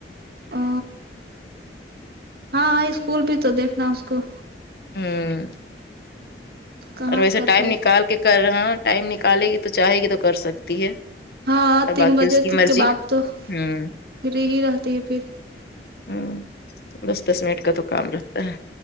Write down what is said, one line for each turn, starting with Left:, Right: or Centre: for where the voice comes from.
Right: او ہاں اسکول بھی تو دیکھنا اس کو
Left: ہمم
Right: کہاں
Left: اور ویسے
Right: سے کر
Left: ٹائم
Right: پائے
Left: نکال
Right: گی
Left: کے کر رہا ٹائم نکالے گی تو چاہے گی تو کر سکتی ہے
Right: ہاں
Left: اور
Right: تین
Left: باقی
Right: بجے
Left: اس کی مرضی
Right: کے بعد تو
Left: ہوں
Right: فری ہی رہتی ہے پھر
Left: ہوں بس دس منٹ کا تو کام رہتا ہے